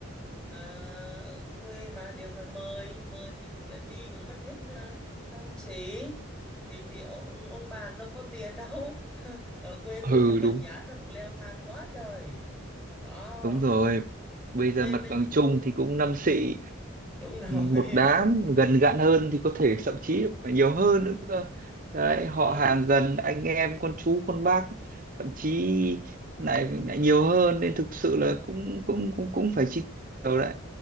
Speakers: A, in the centre; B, on the right.
A: à, ở quê mà đều phải mời mời thì mỗi lần đi cũng mất hết uh, năm xí thì thì ông ông bà đâu có tiền đâu <laughs> ở quê
B: ừ
A: tôi giờ vật
B: đúng
A: giá nó cũng leo thang quá trời đó
B: Đúng rồi. Bây
A: nên,
B: giờ mặt
A: nên
B: bằng chung thì cũng năm
A: Ừ,
B: xị
A: đúng rồi
B: một đám
A: <laughs>
B: gần gặn hơn thì có thể thậm chí phải nhiều hơn nữa cơ. Đấy, họ
A: ông
B: hàng gần anh em con chú con bác thậm chí lại lại nhiều hơn nên thực sự là cũng cũng cũng cũng phải chi nhiều đấy.